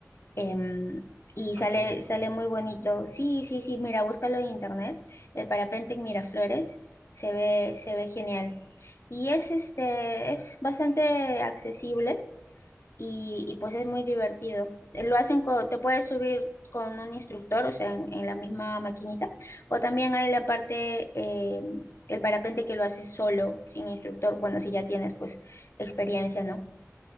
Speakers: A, on the left; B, on the right.
A: em, y
B: Ah,
A: sale,
B: qué lindo.
A: sale muy bonito. Sí, sí, sí, mira, búscalo en internet. El parapente en Miraflores se ve, se ve genial. Y es este, es bastante accesible y, y, pues es muy divertido. Eh, Lo hacen co- te puedes subir con un instructor, o sea, en, en la misma maquinita, o también hay la parte, eh, el parapente que lo haces solo, sin instructor, bueno, si ya tienes pues experiencia, ¿no?